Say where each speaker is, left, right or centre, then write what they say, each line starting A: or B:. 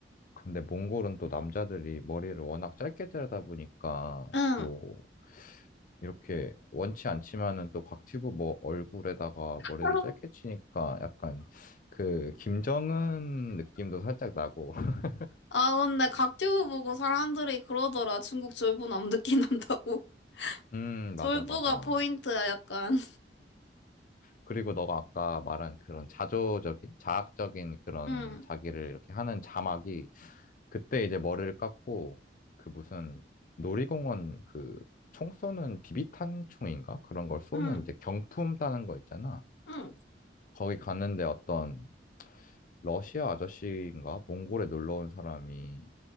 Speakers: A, on the left (about 50°); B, on the left (about 80°).
A: 근데 몽골은 또 남자들이 머리를 워낙 짧게 자르다 보니까
B: 응.
A: 또 이렇게 원치 않지만은 또 곽튜브 뭐 얼굴에다가
B: <laughs>
A: 머리를 짧게 치니까 약간 그 김정은 느낌도 살짝 나고. <laughs>
B: 아, 근데 각튜브 보고 사람들이 그러더라. 중국 졸부 남느끼 난다고. <laughs>
A: 음, 맞아,
B: 졸부가
A: 맞아.
B: 포인트야, 약간.
A: 그리고 너가 아까 말한 그런 자조적인, 자학적인 그런
B: 응,
A: 자기를 이렇게 하는 자막이 그때 이제 머리를 깎고 그 무슨 놀이공원 그 총 쏘는 비비탄 총인가? 그런 걸 쏘는
B: 응,
A: 이제 경품 따는 거 있잖아.
B: 응,
A: 거기 갔는데 어떤 러시아 아저씨인가? 몽골에 놀러 온 사람이